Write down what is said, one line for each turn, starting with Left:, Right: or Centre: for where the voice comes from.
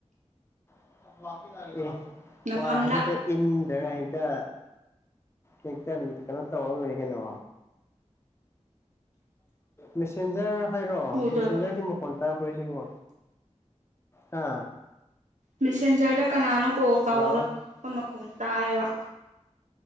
Left: <unintelligible> ꯑꯦ
Right: ꯅꯐꯝꯗ
Left: ꯋꯥ <unintelligible> ꯏꯟꯗ꯭ꯔꯒ ꯍꯦꯛꯇ ꯍꯦꯛꯇ ꯀꯩꯅꯣ ꯇꯧꯔ ꯂꯣꯢꯔꯦ ꯀꯩꯅꯣ ꯃꯦꯁꯦꯟꯖꯔ ꯍꯥꯏꯔꯣ
Right: ꯐꯨꯗꯣꯏꯕ
Left: ꯃꯦꯁꯦꯟꯖꯔꯒꯤ ꯃ ꯐꯣꯟ ꯄꯥꯢꯔꯛꯄ꯭ꯔꯣ ꯁꯤꯕꯣ ꯍꯥ
Right: ꯃꯦꯁꯦꯟꯖꯔꯗ ꯀꯅꯥꯅꯣ ꯀꯣꯜ ꯇꯧꯔꯛꯄ
Left: ꯍꯜꯂꯣ
Right: ꯃꯈꯣꯟ ꯇꯥꯏꯌꯦꯕ